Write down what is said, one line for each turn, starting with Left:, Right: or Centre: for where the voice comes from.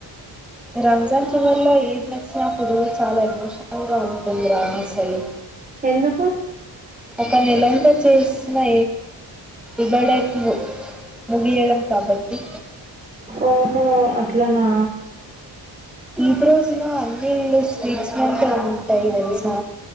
Centre: రమ్ వంచివర్లో ఎదలోచ్చినప్పుడు చాలా ఎమోషనల్ గా ఉంటుంది రా అసలు
Right: ఎందుకు
Centre: ఒక నెల ఎంత చేసి న్నా ఇబడ ము ముగియడం కబడ్టి
Right: ఓహో అట్లానా
Centre: ఈద్ రోజులో అన్ని ఇలు స్వీట్స్లుంట ఉంటాయి తేలుసా